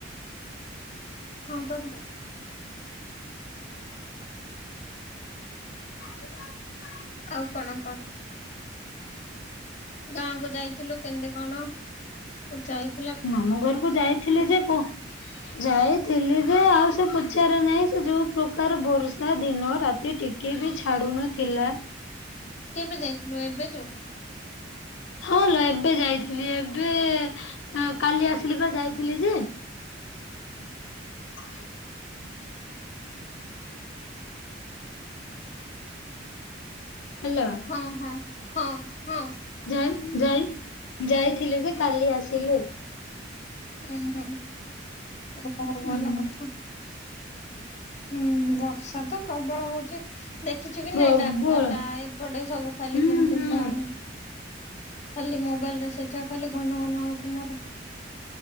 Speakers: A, on the left; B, on the left.
A: ହଁ ଚାଲ।
B: <inaudible>
A: ଆଉ କଣ କ। ଗାଁକୁ ଯାଇଥିଲୁ କେମିତି କଣ ଉଟ୍ ଯାଏ।
B: ମାମୁଁ ଘରୁକୁ ଯାଇଥିଲି ଯେ କୋ ଯାଇଥିଲି ଯେ ଆଉ ସେ ପୁଚାର ନାଇଁ ସେ ଯୋଉ ପ୍ରକାର ବର୍ଷା ଦିନ ରାତି ଟି କିଏ ବି ଛାଡୁନଥିଲା।
A: କେବେ ଯାଇଥିଲୁ ଏବେ ଯୋଉ
B: ହଁ ଲୋ ଏବେ ଯାଇଥିଲି ଏବେ ଆଁ କାଲି ଆସିଲି ବା ଯାଇଥିଲି ଯେ <inaudible> ହାଲୋ।
A: ହଁ ହଁ ହଁ ହଁ।
B: ଯାଇନ୍ ଯାଇନ୍ ଯାଇଥିଲି ଯେ କାଲି ଆସିଲି।
A: ହୁଁ ହୁଁ ଓହୋ ଭଲ
B: ହୁଁ
A: କଥା। ହୁଁ ବର୍ଷା ତ ପ୍ରବଳ ହଉଚି। ଦେଖିଛୁ କି
B: ପ୍ରବଳ
A: ନାଇଁ ଡାକ୍ ପାଲା ଏପଟେ ସବୁ ଖାଲି
B: ହୁଁ
A: କେମିତି
B: ହୁଁ
A: ବାହା ଖାଲି ମୋବାଇଲ୍ ରେ ସେଇଟା ଖାଲି ଘନ ଘନ ଆଉଚି ମୋର।